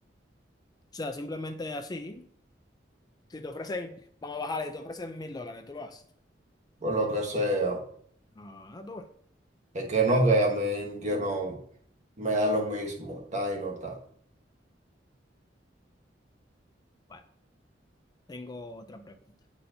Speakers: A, on the left; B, on the right.
A: sea, simplemente así. Si te ofrecen, vamos a bajarle, si te ofrecen mil dólares, tú lo haces.
B: por lo que sea.
A: Ah, tú ves.
B: Es que no, que a mí yo no me dan lo mismo. Está y no está.
A: Bueno, tengo otra pregunta.